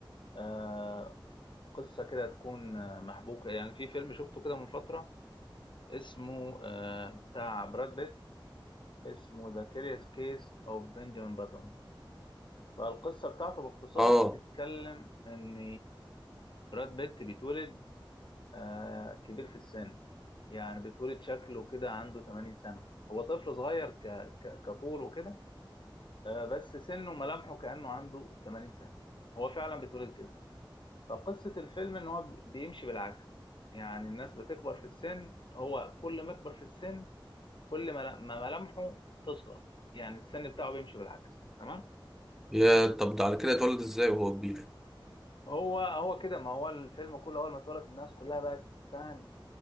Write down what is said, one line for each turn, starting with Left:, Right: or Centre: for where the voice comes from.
Left: آه، قصة كده تكون آه، محبوكة يعني في فيلم شفته كده من فترة اسمه آه، بتاع براد بيت اسمه ذا كيريوس كيس اوف بنجامين باتون فالقصة بتاعته باختصار
Centre: اه
Left: بتتكلم ان براد بيت بيتولد آه، كبير في السن يعني بيتولد شكله كده عنده 80 سنة هو طفل صغير ك... ك... كطول وكده آه، بس سنه وملامحه كأنه عنده 80 سنة هو فعلا بيتولد كده فقصة الفيلم إن هو بيمشي بالعكس يعني الناس بتكبر في السن هو كل ما يكبر في السن كل ما ما ملامحه تصغر يعني السن بتاعه بيمشي بالعكس تمام
Centre: يا طب ده على كده اتولد ازاي وهو كبير
Left: هو هو كده ما هو الفيلم كله أول ما اتولد الناس كلها بقت فاهم